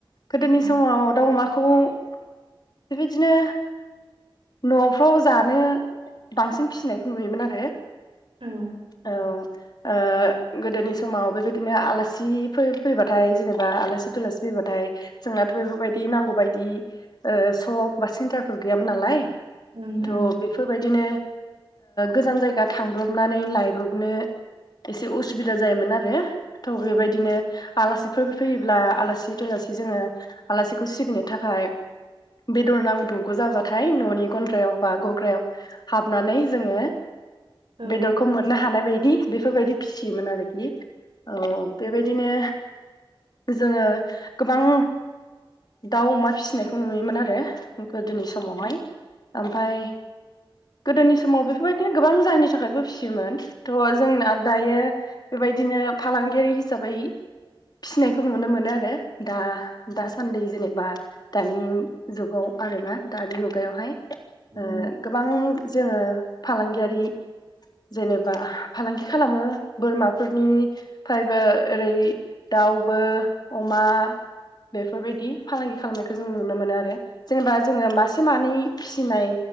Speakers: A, on the left; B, on the right.
A: गोदोनि
B: ओं
A: समाव दाउ अमाखौ बेबायदिनो न'फ्राव जानो बांसिन फिसिनायखौ नुयोमोन आरो
B: औ ओं
A: औ गोदोनि समाव बेबायदिनो आलासि फैबाथाय जेनबा बा आलासि दुलासि फैबाथाय जोंनाथ' बेफोरबायदि नांगौ बायदि सक बा सेन्टारफोर गैयामोन नालाय
B: ओं
A: थ' बेफोरबायदिनो गोजान जायगा थांब्रबनानै लायब्रबनो एसे उसुबिदा जायोमोन आरो थ'
B: औ
A: बेबायदिनो आलासिफोर फैयोब्ला आलासि दलासि जोङो आलासिखौ सिबिनो थाखाय बेदर नांब्रबगौ जाबाथाय न'नि गन्द्रायाव बा गग्रायाव हाबनानै जोङो
B: औ
A: बेदरखौ मोननो हानाय बायदि बेफोरबायदि फिसियोमोन आरोखि औ बेबायदिनो जोङो गोबां दाउ अमा फिसिनायखौ नुयोमोन आरो गोदोनि समावहाय ओमफ्राय गोदोनि समाव बेफोरबायदिनो गोबां जाहोननि थाखायबो फिसियोमोन थह जोंना दायो बेबायदिनो फालांगियारि हिसाबै फिसिनायखौ नुनो मोनो आरो दा दासान्दि जेनेबा दानि जुगाव आरोना दानि मुगायावहाय
B: उम
A: ओ गोबां जोङो फालांगियारि जेनेबा फालांगि खालामो बोरमाफोरनि फ्राययबो ओरै दाउ अमा बेफोरबायदि फालांगि खालामनायखौ जों नुनो मोनो आरो जेनेबा जोङो मासे मानै फिसिनाय